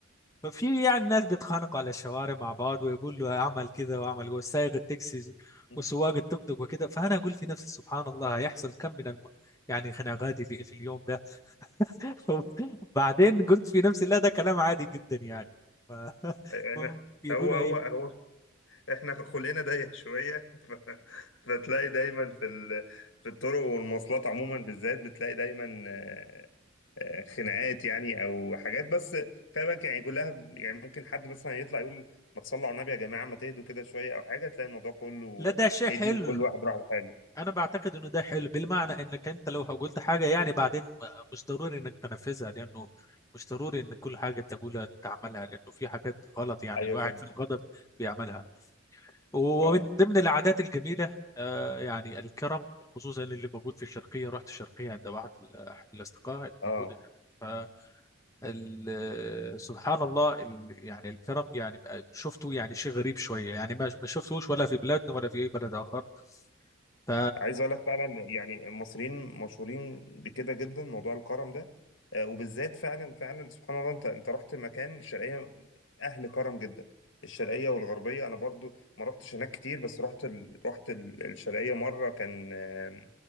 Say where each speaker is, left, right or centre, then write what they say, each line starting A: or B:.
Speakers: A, on the left; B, on the left.
A: ففي يعني ناس بيتخانقوا على الشوارع مع بعض ويقول له اعمل كذا واعمل جوه سايق التاكسي
B: <laughs>
A: وسواق التوك توك وكده فانا اقول في نفسي سبحان الله هيحصل كم من الم... يعني خناقات اللي في اليوم ده <laughs> بعدين قلت في نفسي لا ده كلام عادي جدا يعني ف...
B: احنا
A: <laughs> يقولوا
B: هو هو
A: ايه
B: هو احنا خلقنا ضيق شويه <laughs> ف... فتلاقي دايما في ال... في الطرق والمواصلات عموما بالذات بتلاقي دايما آه، آه، خناقات يعني او حاجات بس خلي بالك يعني كلها ب- يعني ممكن حد مثلا يطلع يقول ما تصلوا على النبي يا جماعه ما تهدوا كده شويه او حاجه تلاقي الموضوع كله
A: لا ده شيء حلو
B: هدي وكل واحد راح لحاله
A: انا بعتقد انه ده حلو بالمعنى انك انت لو قلت حاجه يعني بعدين مش ضروري انك تنفذها لانه مش ضروري ان كل حاجه تقولها تعملها لانه في حاجات غلط يعني
B: ايوه
A: الواحد
B: فهمت
A: في الغضب بيعملها ومن
B: اه
A: ضمن العادات الجميله آه، يعني الكرم خصوصا اللي موجود في الشرقيه رحت الشرقيه عند واحد احد الاصدقاء الموجود
B: اه
A: ف ال- سبحان الله ال- يعني الكرم يعني بقى- شفته يعني شيء غريب شويه يعني ما ما شفتهوش ولا في بلادنا ولا في اي بلد اخر ف
B: عايز اقول لك فعلا يعني المصريين مشهورين بكده جدا موضوع الكرم ده آه، وبالذات فعلا فعلا سبحان الله انت انت رحت مكان الشرقيه اهل كرم جدا الشرقيه والغربيه انا برضو ما رحتش هناك كتير بس رحت ال... رحت ال... الشرقيه مره كان آه،